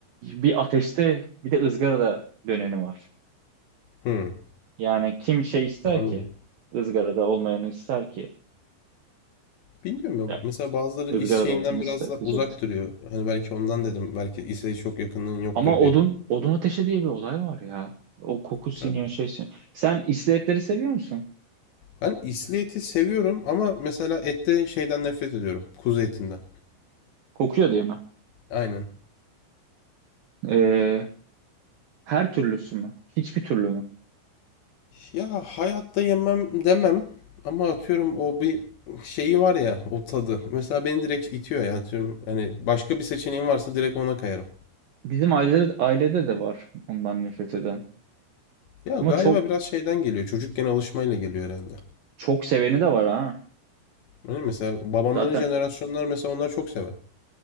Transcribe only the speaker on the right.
bir ateşte bir de ızgarada döneni var.
Yani kim şey ister
ki? ızgarada olmayanı ister ki.
E,
Izgarada
olduğunu ister
diyecektim.
Ama odun,
odun ateşi diye bir olay var ya. O koku siniyor
şey siniyor. Sen iskeletleri seviyor musun?
Kokuyor diye mi?
Ee, her türlüsü mü? Hiçbir türlü mü?
Bizim ailede, ailede de var ondan nefret eden.
Ama çok
çok seveni de var ha.
Zaten